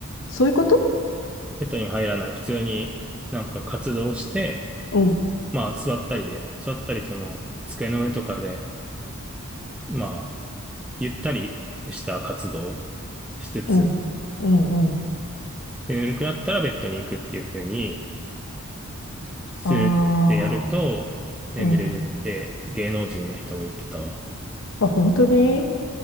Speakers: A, on the left (about 60°); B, in the centre.
A: そういうこと
B: ベッドにも入らない。普通になんか活動して、
A: うん、
B: まあ座ったりで、座ったりその机の上とかで、まあ、ゆったりした活動をしつつ、
A: うん、うん、うん。
B: で眠くなったらベッドに行くっていう風にするってやると、
A: ああ、
B: 眠れるって芸能人の人も言ってたわ。
A: うん。あ、本当に